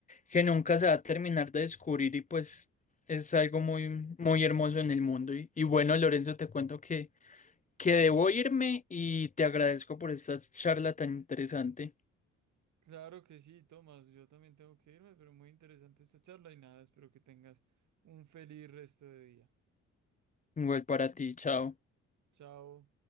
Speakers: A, on the left; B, on the right.
A: que nunca se va a terminar de descubrir y pues es algo muy, muy hermoso en el mundo. Y, y bueno, Lorenzo, te cuento que... que debo irme y te agradezco por esta charla tan interesante.
B: Claro que sí, Tomás. Yo también tengo que irme, pero muy interesante esta charla y nada, espero que tengas un feliz resto de día.
A: Igual para ti, chao.
B: Chao.